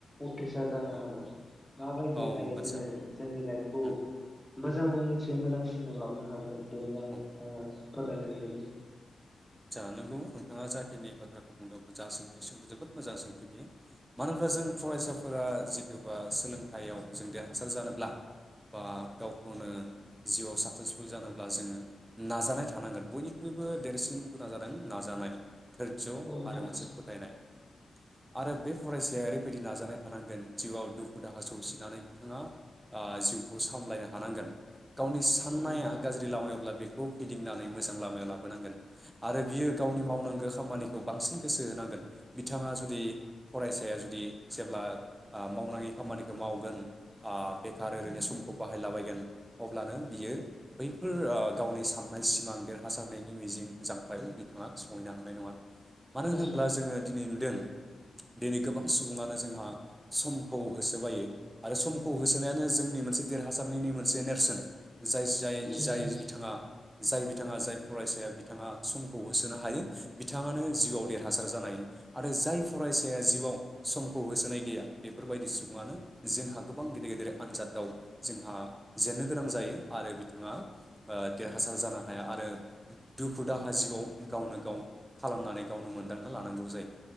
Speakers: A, in the centre; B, on the right.
A: उथ्रिसार जानो
B: औ
A: हागोन माबायदिहाय
B: औ आदसा
A: जोङो जोंनि लाइफखौ
B: उम
A: मोजांसे मोजांसिनाव लाबनो हागोन बेनि बागै
B: औ
A: नोंथाङा फोरमायनानै होदो
B: जानांगौ नोंथाङा। जाखिनि बाथ्राखौ बुंदों जा सोंथि सोंदों जोबोद मोजां सोंथि बियो मानो होनबा जों फरायसाफोरा जिथुबा सोलोंथायाइयाव जों देरहासार जानोब्ला बा ओ गावखौनो जिउआव साक्सेसफुल जानोब्ला जोङो नाजानाय थानांगोन बयनिख्रुइबो देरसिन गुना जादों नाजानाय। धोरज्य
A: औ नोंथां
B: आरो मोनसे फोथायनाय आरो बे फरायसा जे ओरैबायदि नाजानाय थानांगोन जिउआव दुखु दाहा सौसिनानै बिथाङा ओ जिउखौ सामलायनो हानांगोन गावनि साननाया
A: औ नोंथां
B: गाज्रि लामायावब्ला बेखौ फिदिंनानै मोजां लामायाव लाबोनांगोन आरो बियो गावनि मावनांगौ खामानिखौ बांसिन गोसो होनांगोन बिथां बिथाङा जुदि फरायसाया जुदि जेब्ला ओ मावनाङि खामानिखौ मावगोन। ओ बेखार ओरैनो समखौ बाहाय बाहायलाबायगोन अब्लानो बियो बैफोर ओ गावनि सान सिमां देरहासारनायनि मिजिं जांख्लायाव बिथाङा सहैनो हानाय नङा मानो
A: औ
B: होनोब्ला जोङो दिनै नुदों दिनै गोबां सुबुङा जोंहा समखौ होसोलायो आरो होसोनायानो जोंनि मोनसे देरहासारनि मोनसे नेरसोन जाय जाय
A: नोंथां
B: जाय बिथाङा जाय बि बिथाङा जाय फरायसाया बिथाङा समखौ होसोनो हायो बिथाङानो जिउआव देरहासार जानाय आरो जाय फरायसाया जिउआव समखौ होसोनाय गैया बेफोरबायदि सुबुङानो जोंहा गोबां गेदेर गेदेर आनजादाव जोंहा जेननो गोनां जायो आरो बिथाङा देरहासार जानो हाया आरो दुखु दुखु दाहा जिउआव गावनो गाव खालामनानै गावनो मोनदांना लानांगौ जायो